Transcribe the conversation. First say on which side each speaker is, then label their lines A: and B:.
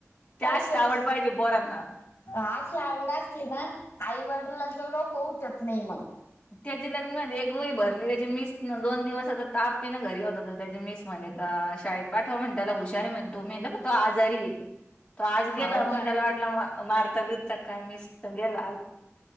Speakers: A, on the left (about 20°); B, on the left (about 60°).
A: त्याच
B: पाय बाई
A: आवड पाहिजे बोरांना
B: अशी आवड असली ना आईवडिलाचवडक उठत नाही मग
A: त्याची लग्न एक वही भरली त्याची मिस दोन दिवस आता तापी ना घरी होत त्याची मिस म्हणे अ शाळेत पाठवा म्हणता त्याला हुशारी म्हणतो मी तो आजारी तो आज गेला
B: हाव
A: मग
B: का?
A: त्याला वाटलं मारता बिरत काय मस गेला आज